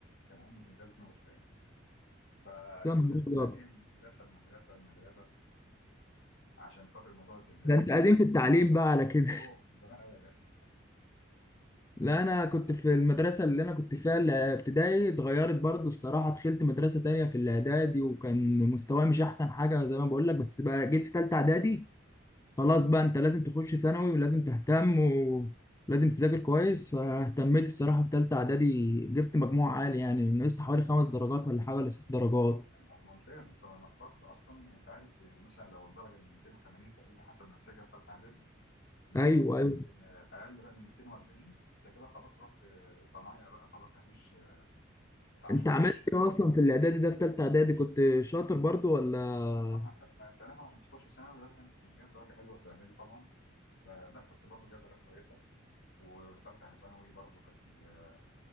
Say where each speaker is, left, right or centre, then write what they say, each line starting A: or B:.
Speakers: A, on the left; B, on the left.
A: كان ايام زلزال 92 فكنا
B: يا نهار
A: بنتنقل
B: ابيض
A: من مدرسه لمدرسه لمدرسه عشان خاطر موضوع الزلزال
B: ده
A: والكلام
B: انت قديم في التعليم بقى على كده
A: اوه زمان قوي يا باشا
B: لا انا كنت في المدرسه اللي انا كنت فيها الابتدائي اتغيرت برضو الصراحه دخلت مدرسه تانية في الاعدادي وكان مستواي مش احسن حاجه زي ما بقول لك بس بقى جيت في ثالثه اعدادي خلاص بقى انت لازم تخش ثانوي ولازم تهتم ولازم تذاكر كويس فاهتميت الصراحه في ثالثه اعدادي جبت مجموع عالي يعني نقصت حوالي خمس درجات ولا حاجه ولا ست درجات
A: لا، ممتاز انت لو نفضت اصلا انت عارف يعني مثلا لو الدرجه من 280 تقريبا حسب ما افتكر في ثالثه اعدادي لو
B: ايوه
A: انت جبت
B: ايوه
A: آه، اقل بقى من 240 انت كده خلاص رحت آه، صنايع بقى خلاص ما فيش ما تعرفش
B: انت
A: تخش
B: عملت ايه اصلا في الاعدادي ده في ثالثه اعدادي كنت شاطر برضو ولا
A: طبعا لا ما انت لازم عشان تخش ثانوي لازم انت تكون جايب درجه حلوه في اعدادي طبعا فلا كنت برضو جايب درجات كويسه ودخلت على ثانوي برضو كانت الدرجات